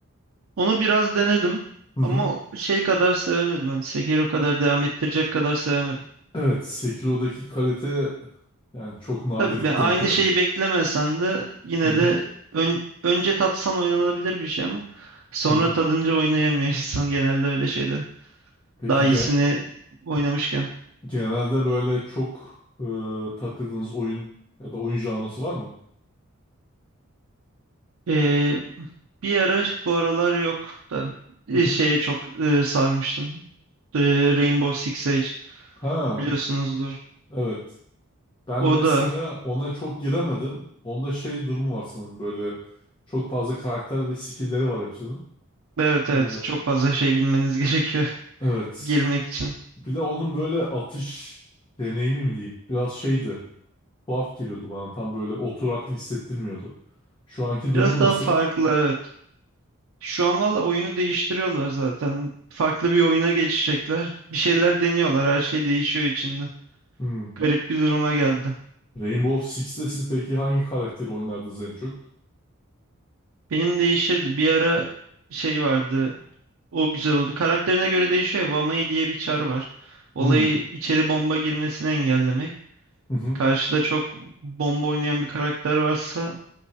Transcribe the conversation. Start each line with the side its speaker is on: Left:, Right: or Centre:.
Right: Onu biraz denedim
Left: Hı hı.
Right: ama şey kadar sevemedim. Hani Sekiro kadar devam ettirecek kadar sevemedim.
Left: Evet, Sekiro'daki kalite yani çok nadir
Right: Tabii ben aynı
Left: denk gelir.
Right: şeyi beklemesen de yine
Left: Hı hı.
Right: de ön- önce tatsan oynanabilir bir şey ama sonra
Left: Hı hı.
Right: tadınca oynayamıyor <laughs> insan genelde öyle şeyler.
Left: Peki
Right: Daha iyisini
Left: ge-
Right: oynamışken.
Left: genelde böyle çok e, takıldığınız oyun ya da oyun janrası var mı?
Right: Ee, bir ara bu aralar yok da e,
Left: Hı hı.
Right: şeye çok e, sarmıştım. Ee, Rainbow Six Siege
Left: Ha,
Right: biliyorsunuzdur.
Left: evet. Ben
Right: O
Left: mesela
Right: da
Left: ona çok giremedim. Onda şey durumu var sanırım böyle çok fazla karakter ve skill'leri var hepsinin.
Right: evet evet
Left: Ee,
Right: çok fazla şey bilmeniz <laughs> gerekiyor
Left: evet.
Right: girmek için.
Left: Bir de onun böyle atış deneyimi mi diyeyim? Biraz şeydi. Tuhaf geliyordu bana. Tam böyle oturaklı hissettirmiyordu. Şu anki durumu
Right: Biraz daha
Left: nasıl?
Right: farklı evet. Şu an valla oyunu değiştiriyorlar zaten. Farklı bir oyuna geçecekler. Bir şeyler deniyorlar. Her şey değişiyor içinde.
Left: Hmm.
Right: Garip bir duruma geldi.
Left: Rainbow Six'te siz peki hangi karakteri oynardınız en çok?
Right: Benim değişirdi. Bir ara şey vardı. O güzel oldu. Karakterine göre değişiyor. ya, Vamai diye bir çar var. Olayı
Left: Hmm.
Right: içeri bomba girmesini engellemek.
Left: Hı hı.
Right: Karşıda çok bomba oynayan bir karakter varsa